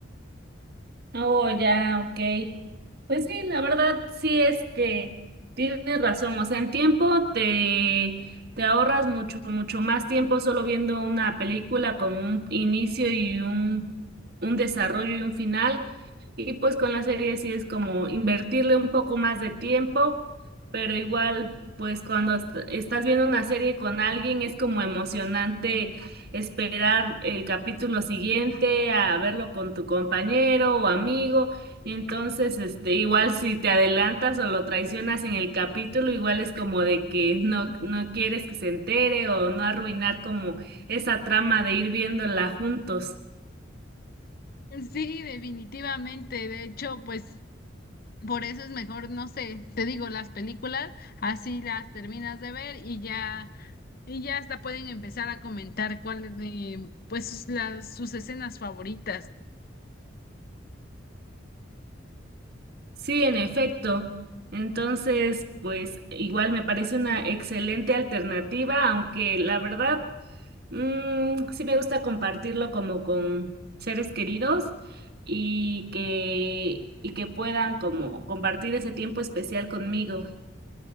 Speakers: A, on the right; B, on the left.
A: Oh, ya, ok. Pues sí, la verdad sí es que tienes razón. O sea, en tiempo te, te ahorras mucho, mucho más tiempo solo viendo una película con un inicio y un, un desarrollo y un final. Y pues con la serie sí es como invertirle un poco más de tiempo, pero igual, pues cuando est- estás viendo una serie con alguien es como emocionante esperar el capítulo siguiente a verlo con tu compañero o amigo. Entonces, este, igual si te adelantas o lo traicionas en el capítulo, igual es como de que no, no quieres que se entere o no arruinar como esa trama de ir viéndola juntos.
B: Sí, definitivamente. De hecho, pues... Por eso es mejor, no sé, te digo, las películas, así las terminas de ver y ya, y ya hasta pueden empezar a comentar cuáles, eh, pues sus- las, sus escenas favoritas.
A: Sí, en efecto. Entonces, pues igual me parece una excelente alternativa, aunque la verdad Mm, sí me gusta compartirlo como con seres queridos y que, y que puedan como compartir ese tiempo especial conmigo.